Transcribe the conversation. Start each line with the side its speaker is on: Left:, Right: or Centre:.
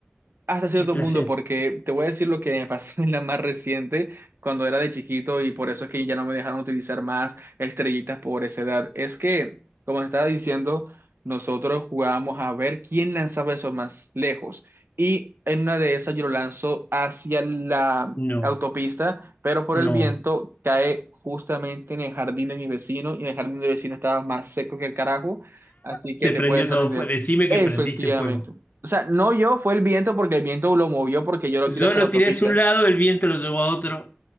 Right: Hasta cierto
Left: Qué placer.
Right: punto, porque te voy a decir lo que me pasó <laughs> en la más reciente, cuando era de chiquito, y por eso es que ya no me dejaron utilizar más estrellitas por esa edad. Es que, como te estaba diciendo, nosotros jugábamos a ver quién lanzaba eso más lejos. Y en una de esas yo lo lanzo hacia la
Left: No,
Right: autopista, pero por
Left: no.
Right: el viento cae justamente en el jardín de mi vecino, y en el jardín de mi vecino estaba más seco que el carajo, así
Left: Se
Right: que te
Left: prendió
Right: puedes hacer
Left: todo
Right: una idea.
Left: fuego. Decime
Right: Efectivamente.
Left: que prendiste fuego.
Right: O sea, no yo, fue el viento porque el viento lo movió porque yo lo
Left: Yo
Right: tiré hacia
Left: lo
Right: la autopista.
Left: tiré hacia un lado, el viento lo llevó a otro.